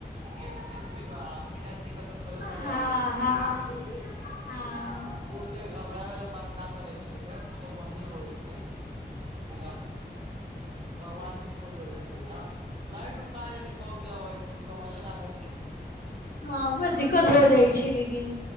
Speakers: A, on the right; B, on the left.
A: ईे तऽ जिंन्दगी बा बिना दिक्कत त थोड़े मजा
B: हँ
A: आबै छी ओ
B: हँ हँ
A: से घबराए वालला बात न करै छै सब बढ़ए हो छै ब भगवान के छोड़ देबे लाइट उट क देान कोबलबैस मजा नव छै
B: हँ बड़ा दिक्कत हो जाइ छी लेकिन